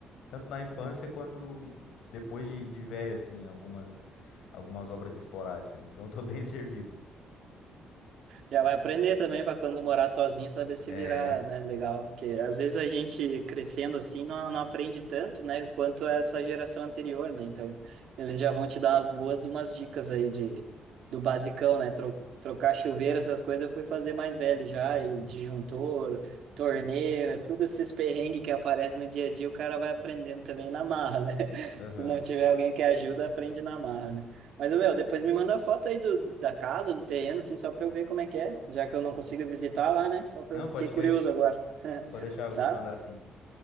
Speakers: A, on the left; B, on the right.
A: tanto na infância quanto depois de,
B: Uhum.
A: de velho, assim, algumas algumas obras esporádicas. Então, eu tô <laughs> bem servido.
B: Já vai aprender também para quando morar sozinho saber se
A: É.
B: virar, né? Legal. Porque às vezes a gente crescendo assim não, não aprende tanto, né? Quanto essa geração anterior, né? Então eles já vão te dar umas boas de umas dicas aí de, do basicão, né? Tro, trocar chuveiro, essas coisas eu fui fazer mais velho já,
A: <laughs>
B: e disjuntor, torneira, tudo esses perrengues que aparecem no dia a dia, o cara vai aprendendo também na marra, né? <laughs>
A: Aham.
B: Se não tiver alguém que ajuda, aprende na marra, né? Mas, meu, depois me manda a foto aí do, da casa, do terreno, assim, só pra eu ver como é que é, já que eu não consigo visitar lá, né? Só pra
A: Não,
B: eu fiquei
A: pode
B: curioso
A: crer.
B: agora, <laughs>
A: Vou deixar, eu vou
B: tá?
A: te mandar sim.